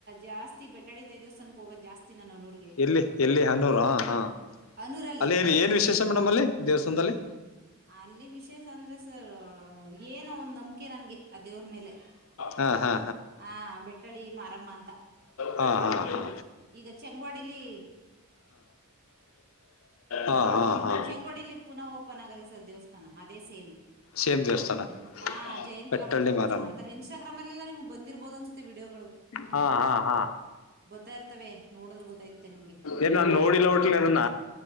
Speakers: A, on the right; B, on the left.
A: ಜಾಸ್ತಿ ಬೆಟ್ಟಹಳ್ಳಿ ತಾಯಿ ದೇವಸ್ಥಾನಕ್ಕೆ ಹೋಗೋದು ಜಾಸ್ತಿ ನಾನು ಹನೂರಿಗೆ
B: ಎಲ್ಲಿ ಎಲ್ಲಿ ಹನೂರ ಹಾಂ ಹಾಂ
A: ಅನೂರಲ್ಲಿ
B: ಅಲ್ಲಿ ಎಲ್ಲಿ ಏನು ವಿಶೇಷ ಮೇಡಮ್ ಅಲ್ಲಿ ದೇವಸ್ಥಾನದಲ್ಲಿ
A: ಅಲ್ಲಿ ವಿಶೇಷ ಅಂದ್ರೆ ಸರ್ ಏನ ಒಂದ ನಂಬಿಕೆ ನನ್ಗೆ ಆ ದೇವ್ರ ಮೇಲೆ.
B: ಹಾ ಹಾ
A: ಹಾ ಬೆಟ್ಟಳ್ಳಿ ಮಾರಮ್ಮ ಅಂತ.
B: ಹಾ ಹಾ ಹಾ
A: ಈಗ ಚಂಗ್ವಾಡಿಲಿ.
B: ಹಾ ಹಾ ಹಾ ಹಾ.
A: ಬೆಂಗೋಡಿಲಿ. ಪುನಃ ಓಪನ್ ಆಗದೆ ಸರ್ ದೇವಸ್ಥಾನ ಅದೇ ಸೇಮ್.
B: ಸೇಮ್ ಜೇಷ್ಠಾನ
A: ಹಾ ಜಯಂತರಾವ್
B: ಬೆಟ್ಟೊಳ್ಳಿ
A: ಅಂತ ಪೂಜೆ
B: ಮಾರ
A: ಮಾಡ್ತಾರೆ ಇನ್ಸ್ಟಾಗ್ರಾಮ್ ಅಲ್ಲೆಲ್ಲ ನಿಮ್ಗ್ ಬಂದಿರ್ಬೋದು ಅನ್ಸುತ್ತೆ ವಿಡಿಯೋಗಳು
B: ಹಾ ಹಾ ಹಾ
A: ಬರ್ತಾ ಇರ್ತವೆ ನೋಡಿದ್ರೆ ಗೊತ್ತಾಯ್ತೆ ನಿಮ್ಗೆ
B: ಏನ್ ನು ನೋಡಿಲ್ಲ ಒಟ್ಲನ್ನಟ್ಟ.